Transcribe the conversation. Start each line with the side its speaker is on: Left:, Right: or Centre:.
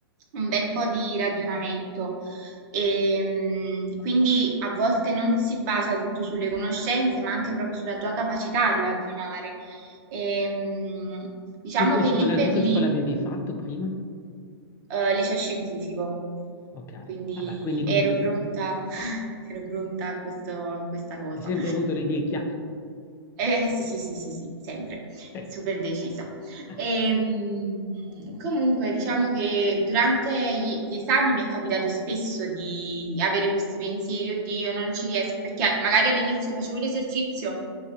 Right: un bel po' di ragionamento e mm, quindi a volte non si basa tutto sulle conoscenze, ma anche proprio sulla tua capacità di ragionare. E, mm, diciamo
Left: Tu che
Right: che
Left: scuola,
Right: lì per
Left: tu che
Right: lì
Left: scuola avevi fatto prima?
Right: eh, liceo scientifico,
Left: Ok,
Right: quindi
Left: vabbè, quindi comunque
Right: ero pronta, <laughs> ero pronta a questo- a questa cosa.
Left: hai sempre avuto le idee chiare,
Right: Eh, sì, sì, sì, sì, sì, sempre,
Left: sempre.
Right: super decisa.
Left: Eh,
Right: Ehm, comunque, diciamo che durante gli, gli esami mi è capitato spesso di avere questi pensieri, oddio, non ci riesco, perché magari all'inizio facevo l'esercizio,